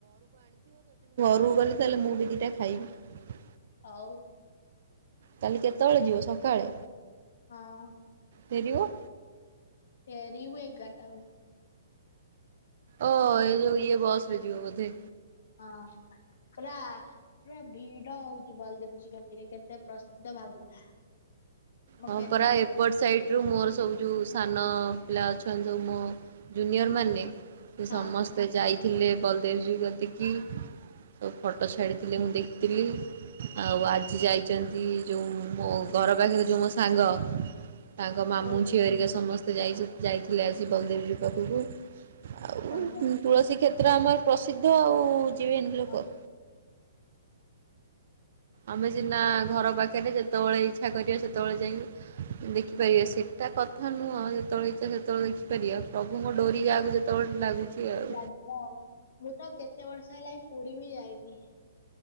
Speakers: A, on the right (about 50°); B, on the left (about 55°).
A: ରହୁ଼ ଗଲି ତାହେଲେ ମୁଁ ବି ଦିଟା ଖାଇବି।
B: ଆଉ
A: କାଲି କେତେବେଳେ ଯିବ? ସକାଳେ।
B: ହଁ।
A: ଫେରିବ?
B: ଫେରିବୁ ଏଗାର ଟା ବେଳକୁ <inaudible>
A: ଓ ଏ ଯଉ ଇଏ ବସ ରେ ଯିବ ବୋଧେ।
B: ହଁ। ପୁର ପୁରା ଭିଡ ହଉଛି ବଲଦେବୀ କତିରେ କେତେ ପ୍ରସିୁତ ଭାବୁଥା? ଆମ
A: ହଁ
B: କେନ୍ଦ୍ରାପଡା
A: ପରା ଏପଟ ସାଇଟ ରୁ ମୋର। ସବୁ ଯେଉଁ ସାନ ପିଲା ଅଛନ୍ତି ସବୁ ମୋ ଜୁନିଅର ମାନେ ସେ
B: ହଁ
A: ସମସ୍ତେ ଯାଇଥିଲେ ବଲଦେବଜୀ କତିକି। ସେ ଫଟୋ ଛାଡ଼ିଥିଲି ମୁଁ ଦେଖିଥିଲି ଆଉ ଆଜି ଯାଇଛନ୍ତି ଯେଉଁ ମୋ? ଘର ପାଖରେ ଯେଉଁ ମୋ ସାଙ୍ଗ ତାଙ୍କ ମାମୁଁ
B: ଓ
A: ଝିଅ ହେରିକା ସମସ୍ତେ। ଯାଇଥିଲେ ଆଜି ବଲଦେବଜୀ ପାଖକୁ
B: ହଁ
A: ପତ୍ର ଆମର ପ୍ରସିଦ୍ଧ ଆଉ ଯିବେନି ଲୋକ।
B: ହଁ
A: ଆମେ ସିନା ଘର ପାଖରେ ଯେତେବେଳେ ଇଚ୍ଛା କରିବା ସେତେବେଳେ ଯାଇ ଦେଖିପାରିବା ସେଟା କଥା ନୁହଁ ଆଉ ଯେତେବେଳେ ଇଚ୍ଛା ସେତେବେଳେ ଦେଖିପାରିବା ପ୍ରଭୁଙ୍କ ଡୋରି ଯାକୁ ଯେତେବେଳେ ଲାଗୁଛି। ଆଉ।
B: ଲାଗିବ ମୁଁ ତ କେତେ ବର୍ଷ ହେଲା ପୁରୀ ବି ଯାଇନି।